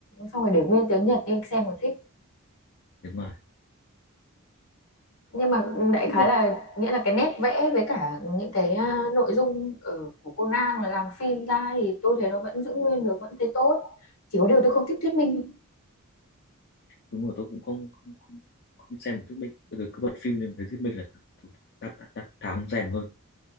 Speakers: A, on the left (about 75°); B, on the left (about 50°).
A: xong rồi để nguyên tiếng Nhật đi xem còn thích
B: đúng rồi
A: nhưng mà đại
B: phim
A: khái
B: một
A: là nghĩa là cái nét vẽ với cả những cái à, nội dung ở của Conan mà làm phim ra thì tôi thấy nó vẫn giữ nguyên được vẫn thấy tốt chỉ có điều tôi không thích thuyết minh
B: đúng rồi tôi cũng không không không, không xem một thuyết minh bây giờ cứ bật phim lên thấy thuyết minh là đặt đặt đặt thà không xem hơn